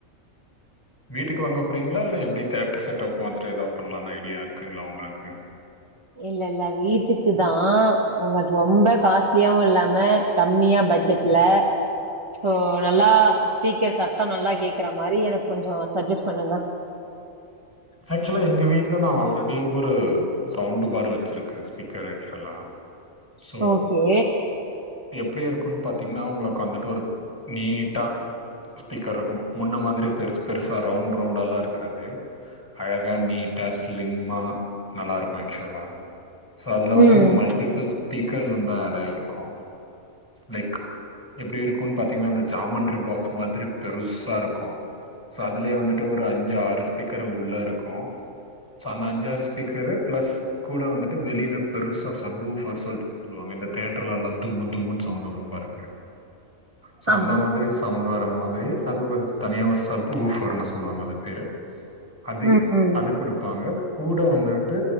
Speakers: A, on the left; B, on the right.
A: வீட்டுக்கு வாங்க போறீங்ளா இல்ல எப்டி தேட்டர் செட்டப் மாதிரி ஏதா பண்லான்னு ஐடியா இருக்குங்களா உங்களுக்கு
B: இல்லல்ல வீட்டுக்குதா ஆ ரொம்ப காஸ்லியாவு இல்லாம கம்மியா பட் ட்ஜட்ல சோ நல்லா ஸ்பீக்கர் சத்தோ நல்லா கேக்கற மாரி எனக்கு கொஞ்சோ சட்ஜெஸ் பண்ணுங்க
A: ஆக்சுவலா எங்க வீட்ல நா ஆல்ரெடி ஒரு சவுண்டு பாரு வச்சிருக்க ஸ்பீக்கர் ஆக்ச்சுவலா சோ
B: ஓகே
A: எப்டி இருக்குன்னு பாத்தீங்கன்னா உங்களுக்கு அந்த டோருக் நீட்டா ஸ்பீக்கர் இருக்கும் முன்ன மாதிரி பெருசு பெருசா ரவுண்ட் ரவுண்டால்லா இருக்காது அழகா நீட்டா ஸ்லிம்மா நல்லா இருக்கு ஆக்சுவலா சோ அதுல வந்து
B: ம்
A: மல்ட்டிபிள் ஸ்பீக்கர்ஸ் வந்து ஆட் ஆயிருக்கு லைக் எப்டி இருக்குன்னு பாத்தீங்கன்னா இந்த ஜாமண்ட்ரி பாக்ஸ் மாதிரி பெருசா இருக்கு சோ அதுலேயே வந்துட்டு ஒரு அஞ்சு ஆறு ஸ்பீக்கரு உள்ள இருக்கு சோ அந்த அஞ்சாறு ஸ்பீக்கரு ப்ளஸ் கூட வந்துட்டு வெளில பெருசா சப்பு ஊஃபர் சொல்ட்டு சொல்லுவாங்க இந்த தியேட்டர்லலா தும்தும்முன் சவுண்ட் வரும் பாருங்க சோ
B: ஆமா
A: அந்த மாதிரி சவுண்டு வர மாதிரி அது ஒரு தனியா ஒரு சப்பு ஊஃபர்ன்னு சொல்லுவாங்க அது பேரு அது
B: ம், ம்.
A: அது குடுப்பாங்க கூட வந்துட்டு